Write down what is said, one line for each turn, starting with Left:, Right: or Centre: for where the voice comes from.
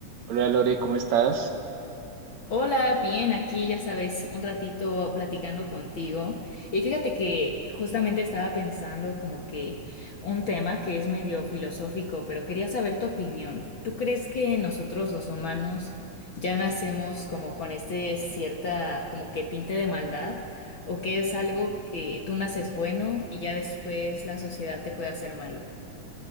Right: Hola Lore, ¿cómo estás?
Left: Hola, bien, aquí ya sabes, un ratito platicando contigo. Y fíjate que justamente estaba pensando como que un tema que es medio filosófico, pero quería saber tu opinión. ¿Tú crees que nosotros los humanos ya nacemos como con este cierta como que tinte de maldad? ¿O que es algo que tú naces bueno y ya después la sociedad te puede hacer malo?